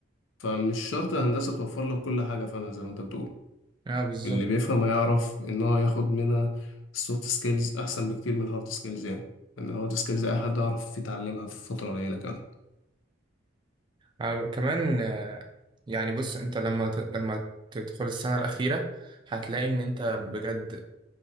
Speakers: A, on the left; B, on the right.
A: فمش شرط الهندسة توفر لك كل حاجة فعلا زي ما انت بتقول
B: اه بالظبط
A: اللي بيفهم هيعرف ان هو ياخد منها السوفت سكيلز احسن بكتير من الهارد سكيلز يعني ان الهارد سكيلز اي حد يعرف يتعلمها في فتره قليله كمان
B: آه كمان آه، يعني بص انت لما ت- لما تدخل السنة الأخيرة هتلاقي إن أنت بجد